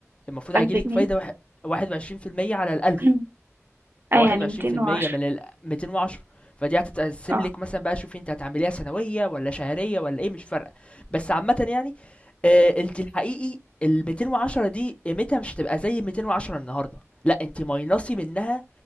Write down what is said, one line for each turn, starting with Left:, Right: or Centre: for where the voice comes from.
Left: المفروض هيجيلك
Right: ألف جنيه
Left: فايدة واحد واحد وعشرين في المية على الألف
Right: <clears throat>
Left: فواحد
Right: اه يعني
Left: وعشرين
Right: ميتين
Left: في المية
Right: وعشرة
Left: من الميتين وعشرة فدي هتتقسم
Right: اه
Left: لك مثلا بقى شوفي انت هتعمليها سنوية ولا شهرية ولا ايه مش فارقة بس عامة يعني آه، انت الحقيقي ال 210 دي قيمتها مش هتبقى زي 210 النهارده لا انت ماينصي منها